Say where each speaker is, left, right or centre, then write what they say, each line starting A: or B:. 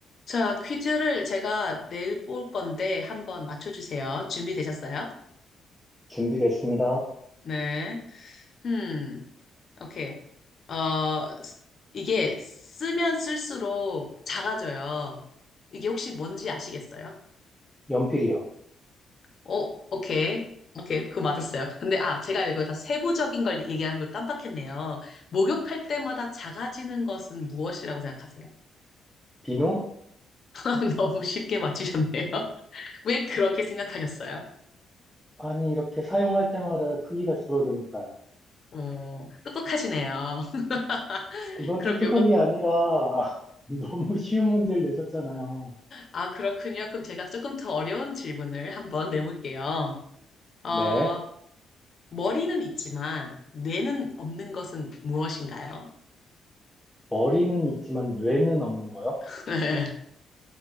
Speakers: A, on the left; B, in the centre.
A: 자, 퀴즈를 제가 내일 볼 건데 한번 맞춰주세요. 준비되셨어요?
B: 준비됐습니다.
A: 네. 음, 오케이. 어, 쓰- 이게 쓰면 쓸수록 작아져요. 이게 혹시 뭔지 아시겠어요?
B: 연필이요.
A: 어, 오케이. 오케이. 그거 맞았어요. 근데, 아, 제가 이거 다 세부적인 걸 얘기하는 걸 깜빡했네요. 목욕할 때마다 작아지는 것은 무엇이라고 생각하세요?
B: 비누?
A: <laughs> 너무 쉽게 맞추셨네요. <laughs> 왜 그렇게 생각하셨어요?
B: 아니, 이렇게 사용할 때마다 크기가 줄어드니까요.
A: 어, 똑똑하시네요. <laughs>
B: 이건
A: 그럼
B: 독특한
A: 요거,
B: 게 아니라 <laughs> 너무 쉬운 문제를 내셨잖아요.
A: 아, 그렇군요. 그럼 제가 조금 더 어려운 질문을 한번 내볼게요. 어,
B: 네.
A: 머리는 있지만 뇌는 없는 것은 무엇인가요?
B: 머리는 있지만 뇌는 없는 거요?
A: <laughs> 네.